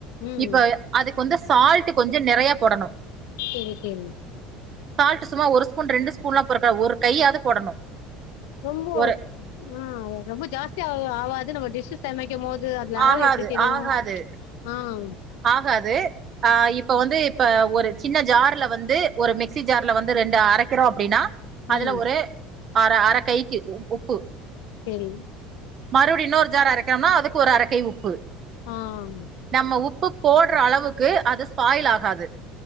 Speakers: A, on the left; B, on the right.
A: ம்
B: இப்ப அதுக்கு வந்து சால்ட் கொஞ்ச நெறைய போடணு
A: சரி சரி
B: சால்ட்டு சும்மா ஒரு ஸ்பூன் ரெண்டு ஸ்பூன்லா பொறக்கா ஒரு கையாது போடணு
A: ரொம்போ
B: ஒரு
A: ஆ ரொம்ப ஜாஸ்தியா ஆவாது நம்ம டிஷ் சமைக்க போது அதுல அளவு
B: ஆகாது
A: எப்டி தெரியு
B: ஆகாது
A: அஹ்
B: ஆகாது ஆஹ் இப்ப வந்து இப்ப ஒரு சின்ன ஜார்ல வந்து ஒரு மிக்சி ஜார்ல வந்து ரெண்டு அரைக்கிறோ அப்டின்னா அதுல
A: ம்
B: ஒரு அர அர கைக்கு உப்பு
A: சரி
B: மறுடி இன்னொர் ஜார் அரைக்கணும்னா அதுக்கு ஒரு அர கை உப்பு
A: ஆஹ்
B: நம்ம உப்பு போட்ற அளவுக்கு அது ஸ்பாயில் ஆகாது